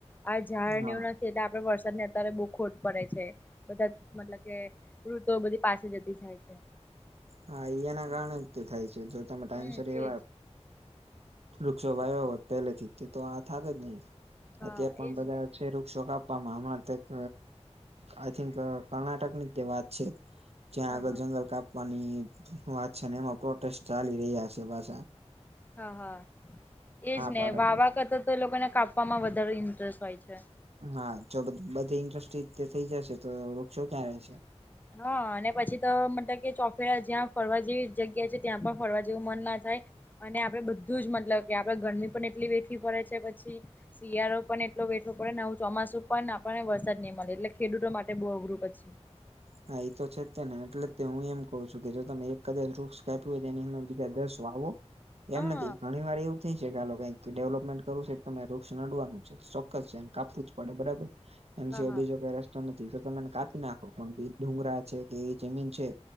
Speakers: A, on the left; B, on the right.
A: આ ઝાડને
B: હા
A: એવુ એટલે આપડે વરસાદની અત્યારે બહુ ખોટ પડે છે. બધા મતલબ કે ઋતુઓ બધી પાસી જતી જાય છે.
B: હા, ઈ એના કારણે જ તે થાય છે જો તમે ટાઈમસર
A: હમ
B: એવા
A: એજ
B: વૃક્ષો
A: સાચી
B: વાયવા હોત,
A: વાત
B: પહેલેથી. તે તો આ થાતે જ નહી,
A: હા
B: અત્યાર પણ
A: એજ
B: બધા
A: ને
B: છે વૃક્ષો કાપ મારા મામા તે ક આઈ થિંક કર્ણાટક ની જ તે વાત છે. જ્યાં
A: હ હા
B: આગળ જંગલ કાપવાની વાત છે ને એમાં પ્રોટેસ્ટ ચાલી રહ્યા છે પાસા.
A: હા-હા એજ ને
B: પાડે
A: વાવવા
B: છે
A: કરતા તો એ લોકોને કાપવામાં વધારે ઇન્ટરેસ્ટ હોય છે.
B: હા, જો બધી ઇન્ડસ્ટ્રી થઈ જશે તો વૃક્ષો ક્યાં રહેશે.
A: હા, ને પછી તો મતલબ કે ચોફેરા જ્યાં ફરવા જેવી જગ્યા છે, ત્યાં પણ ફરવા જેવું મન ના થાય. અને આપડે બધું જ મતલબ કે આપડે ગરમી પણ એટલી વેઠવી પડે છે પછી. શિયાળો પણ એટલો વે ઠવો પડેને આવ ચોમાસું પણ આપણને વરસાદ નહીં મળે, એટલે ખેડૂતો માટે બહુ અઘરું પછી.
B: હા, એ તો છે જ તે ને એટલે તો હું એમ કઉ છું કે જો તમે એક કદાચ વૃક્ષ કાપ્યું હોય તો એની હામે બીજા દસ વાવો.
A: હા
B: એમ નથી ઘણી વાર એવું થઈ છે આલો કંઈ કે ડેવલપમેન્ટ કરવું છે કે તમે વૃક્ષ નડવાનું છે. ચોક્કસ છે એને કાપવું જ પડે બરાબર. એની
A: હા
B: સિવાય
A: હા
B: બીજો કઈ રસ્તો નથી. તો તમે એને કાપી નાખો પણ ડુંગરા છે કે એ જમીન છે.